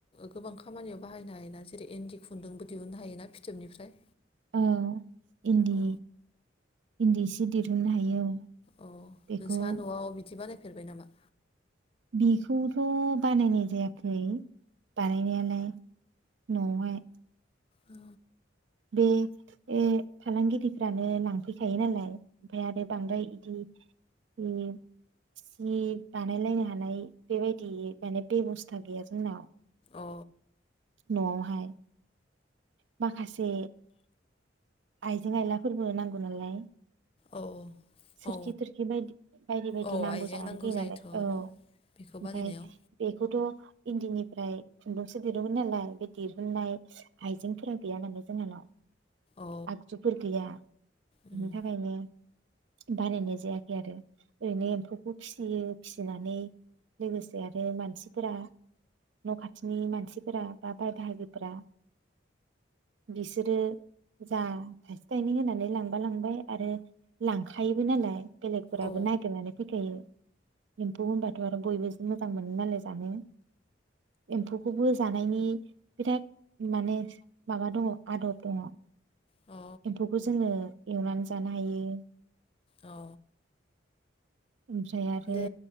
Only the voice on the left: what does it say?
गोबां खामानियाव बाहायनो हायोना जेरै इन्दि खुन्दुंबो दिहुननो हायोना फिथोबनिफ्राय?
अ
औ
नोंसा न'आव बिदि बानाय फेरबाय नामा?
औ
अ
औ
औ
औ
आइजें
जायोथ'
र'
बेखौ बानायनायाव
औ
उम
औ
अ
औ
दे